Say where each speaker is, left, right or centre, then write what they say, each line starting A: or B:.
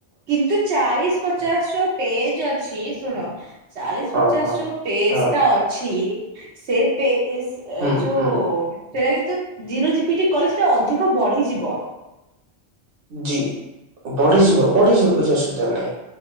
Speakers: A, on the right (about 80°); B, on the right (about 60°).
A: କିନ୍ତୁ ଚାଳିଶ ପଚାଶ ର ପେଜ ଅଛି, ଶୁଣ? ଚାଳିଶ
B: ହଁ
A: ପଚାଶ
B: ହଁ।
A: ର ପସ୍
B: ହଁ
A: ଟା ଅ ଅଛି, ସେ <unintelligible>
B: ହୁଁ
A: ଯଉ
B: ହୁଁ
A: ସେଇଟା କିତୁ ଜିରୋ ଜପିଟି କଲଟା ଅଧିକ ବଢିଯିବ।
B: ଜି ବଢିଯିବ ବଢିଯିଉ କିଛି ଅସୁବିଧା ନାହିଁ।